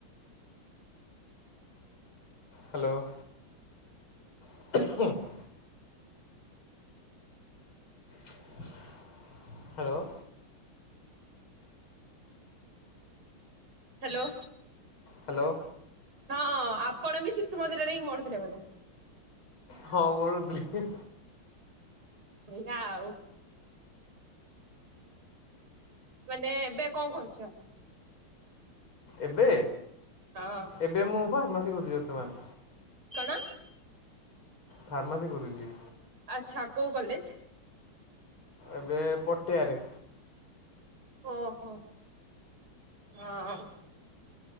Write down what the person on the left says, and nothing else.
ହ୍ୟାଲୋ। <inaudible> ସ୍ ହାଲୋ।
ହାଲୋ।
ହଁ ପଢୁଥିଲି।
ଏବେ?
ଏବେ ମୁଁ ଫାର୍ମାସି କରୁଚି ବର୍ତ୍ତମାନ୍।
ଫାର୍ମାସି କରୁଚି।
ଏବେ ପଟିଆରେ।